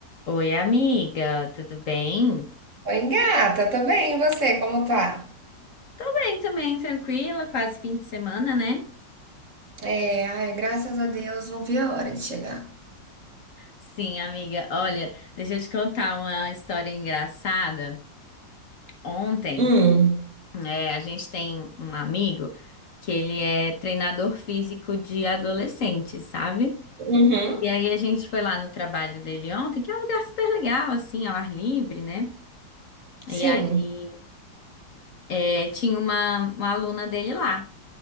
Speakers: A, on the left; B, on the right.
A: Oi, amiga, tudo bem?
B: Oi, gata, tudo bem, e você, como tá?
A: Tô bem também, tranquila, quase fim de semana, né?
B: É, ai, graças a Deus, não vi a hora de chegar.
A: Sim, amiga, olha, deixa eu te contar uma história engraçada. Ontem,
B: Hum,
A: é, a gente tem um amigo que ele é treinador físico de adolescentes, sabe?
B: uhum,
A: E aí a gente foi lá no trabalho dele ontem, que é um lugar super legal, assim, ao ar livre, né? E
B: sim,
A: aí é, tinha uma, uma aluna dele lá,